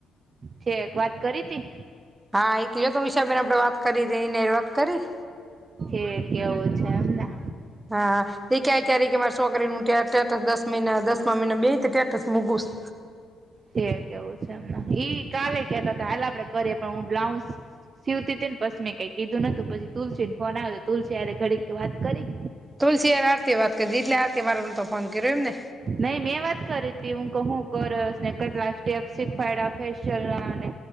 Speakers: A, on the right; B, on the right.
A: છેક વાત કરી તી
B: હા, એ કીયો તો હિષાબેન આપડે વાત કરી તી ને દર કરી
A: એ કેવું છે એમને
B: હા, એ કયારેક કયારેક મારે છોકરીનું સ્ટે સ્ટેટસ દસ મહિના દસમા મહિનામાં બેહેને સ્ટેટસ મૂકુંશુ
A: જે કેવું છે, એમ ને ઈ કાલે કેતા હતા હાલ આપડે કરીએ પણ હું બ્લાઉઝ સિવતી તી ને પછી મેં કઈ કીધું નતું પછી તુલસી ન ફોન આવે તો તુલસી હારે ઘડીક વાત કરી
B: તુલસી હાર આરતી વાત કરી એટલે આરતી મારે પર તો ફોન કર્યો એમ ને
A: નહી મેં વાત કરી હતી હું, હું કરશ ને કેટલા સ્ટેપ શીખવાયડા ફેસિયલ ના ને